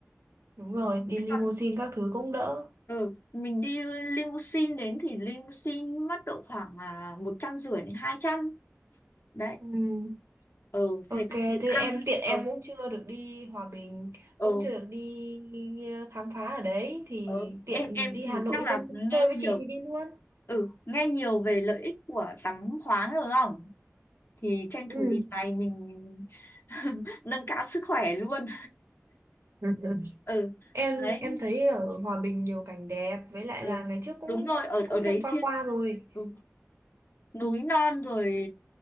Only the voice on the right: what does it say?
Đúng rồi, đi
limousine
các thứ cũng đỡ.
Ừ.
Ok,
thế
em tiện em
cũng chưa được đi Hòa Bình,
cũng chưa được đi ờ, khám phá ở đấy thì
tiện
đi
Hà Nội
lên
chơi
với chị thì đi luôn.
Ừ.
<laughs>
Em
em thấy ở Hòa Bình nhiều cảnh đẹp, với lại
là ngày trước cũng
cũng
xem qua
qua rồi.